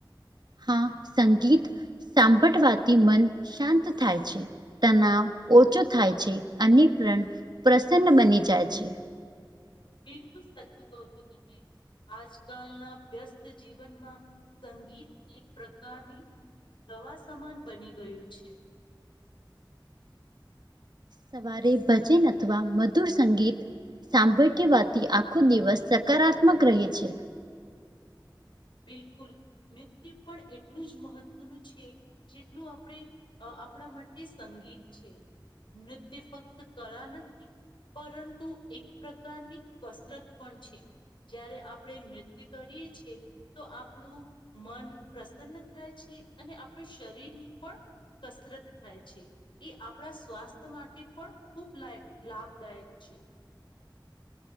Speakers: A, on the right; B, on the left.
A: હા સંગીત સાંભળવાથી મન શાંત થાય છે. તનાવ ઓછો થાય છે. અને પ્રણ પ્રસન્ન બની જાય છે.
B: બિલકુલ સાચું કો છો તમે. આજકાલના વ્યસ્ત જીવનમાં સંગીત એક પ્રકારની દવા સમાન બની ગયું છે.
A: સવારે ભજન અથવા મધુર સંગીત સાંભળ કવાથી આખો દિવસ સકારાત્મક રહે છે.
B: બિલકુલ નૃત્ય પણ એટલું જ મહત્વનું છે. જેટલું આપણે આપણા માટે સંગીત છે. નૃત્ય ફક્ત કળા નથી. પરંતુ એક પ્રકારની કસરત પણ છે. જયારે આપણે નૃત્ય કરીએ છીએ. તો આપણું મન પ્રસન્ન થાય છે અને આપણું શરીરની પણ કસરત થાય છે. એ આપણા સ્વાસ્થ્ય માટે પણ ખૂબ લ લાભદાયક છે.